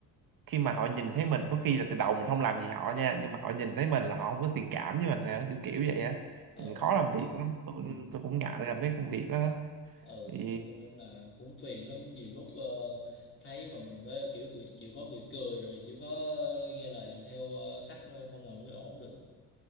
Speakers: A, on the right; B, on the left.
A: khi mà họ nhìn thấy mình có khi là từ đầu mình không làm gì họ nha nhưng mà họ nhìn thấy mình là họ không có thiện cảm với mình nữa, kiểu kiểu vậy á
B: Ờ,
A: mình khó
B: đúng
A: làm
B: rồi
A: việc lắm tôi
B: ừ.
A: tôi cũng ngại làm mấy công việc đó, đó
B: ừ
A: thì
B: cho nên là cũng phiền lắm nhiều lúc ờ, thấy mà mình phải kiểu cười, chịu khó cười cười rồi chịu khó ờ, nghe lời làm theo ờ, khách nữa không mà mới ổn được